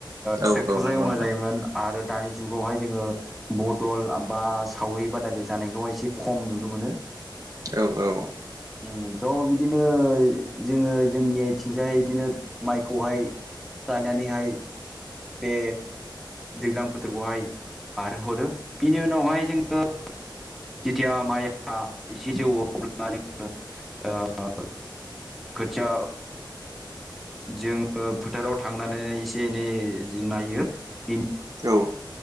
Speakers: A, on the right; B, in the centre.
A: औ
B: ट्रेक्टरजों
A: औ नंगौ
B: एयनाय
A: नोंथां
B: जायोमोन। आरो दानि जुगावहाय जोङो बदल बा सावरि बादायलाय जानायखौ एसे खम नुनो मोनो।
A: औ औ।
B: उम ज' बिदिनो जोङो जोंनि आथिंजाय बिदिनो माइखौहाय गायनानैहाय बे दैज्लां बोथोरखौहाय बारहोहरो बिनि उनावहाय जोङो जेथिया माइआ एसे जौवौ अब्ला जोङो ओ खोथिया जोङो फोथाराव थांनानै एसे एनै जि नायो बेनि
A: औ।